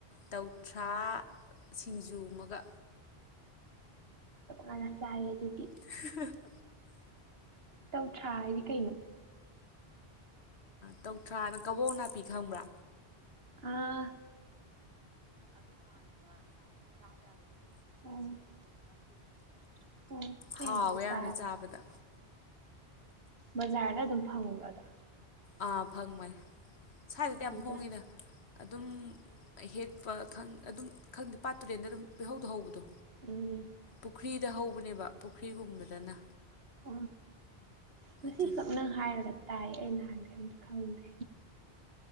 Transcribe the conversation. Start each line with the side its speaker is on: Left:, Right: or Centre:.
Left: ꯇꯧꯊ꯭ꯔꯥ ꯁꯤꯡꯖꯨ ꯑꯃꯒ
Right: ꯍꯥꯟꯅ ꯆꯥꯔꯦ ꯑꯗꯨꯗꯤ
Left: <unintelligible>
Right: ꯇꯧꯊ꯭ꯔꯥ ꯍꯥꯏꯗꯤ ꯀꯩꯅꯣ
Left: ꯇꯧꯊ꯭ꯔꯥꯅ ꯀꯕꯣꯛ ꯅꯥꯄꯤ ꯈꯪꯕ꯭ꯔꯥ
Right: ꯑꯥ ꯑꯗꯨ ꯃꯅꯕ ꯆꯥꯕ ꯌꯥꯕ ꯑꯃ ꯂꯩ ꯎꯝ ꯁꯤꯡꯖꯨꯒꯨꯝꯕ ꯏꯔꯣꯝꯕꯒꯨꯝꯕ ꯆꯥꯅꯕ ꯎꯝ ꯑꯩ
Left: ꯍꯥꯎꯋꯦ
Right: ꯑꯝꯇꯥ ꯆꯥꯗꯔꯤ
Left: ꯌꯥꯝꯅ ꯆꯥꯕꯗ
Right: ꯍꯥꯎꯋꯦ ꯌꯥꯝꯅ ꯕꯖꯥꯔꯗ ꯑꯗꯨꯝ ꯐꯪꯉꯨꯔꯗ
Left: ꯑꯥ ꯐꯪꯕꯅꯦ ꯁ꯭ꯋꯥꯏꯗꯗꯤ
Right: ꯁ꯭ꯋꯥꯏꯗ
Left: ꯌꯥꯝ ꯍꯣꯡꯉꯤꯗ ꯑꯗꯨꯝ ꯍꯦꯛꯄ ꯑꯗꯨꯝ ꯈꯪꯗꯦ ꯄꯥꯠꯇꯨꯔꯦꯟꯗ ꯑꯗꯨꯝ ꯄꯤꯍꯧꯗꯍꯧꯕꯗꯣ
Right: ꯎꯝ
Left: ꯄꯨꯈ꯭ꯔꯤꯗ ꯍꯧꯕꯅꯦꯕ ꯄꯨꯈ꯭ꯔꯤꯒꯨꯝꯕꯗꯅ
Right: ꯑ ꯉꯁꯤꯈꯛꯅꯪ
Left: ꯑꯗꯨꯗꯣ
Right: ꯍꯥꯏꯔꯒ ꯇꯥꯏ ꯑꯩ ꯅꯍꯥꯟꯒꯩ ꯑꯝꯇ ꯈꯪꯗꯦ